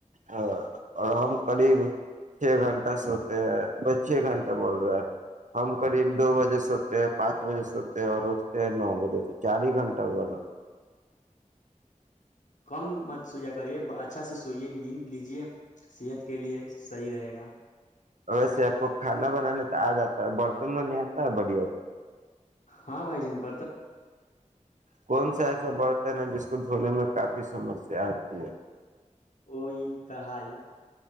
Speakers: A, on the right; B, on the left.
A: ہاں اور ہم قریب چھ گھنٹہ سوتے ہیں بس چھ گھنٹہ بول رہے ہے ہم قریب دو بجے سوتے ہیں پانچ بجے سوتے ہیں اور اٹھتے ہیں نو بجے تو چار ہی گھنٹہ ہوا نا
B: کم مت سویا کریے اچھا سے سوئیے نیند لیجے صحت کے لیے صحیح رہے گا
A: ویسے آپ کو کھانا بنانا تو آ جاتا ہے برتن تو نہیں آتا ہے بڑھیا سے
B: ہاں بھائی جن پ
A: کون سا ایسا برتن ہے جس کو دھونے میں کافی سمسیا آتی ہے
B: وہ کڑھائی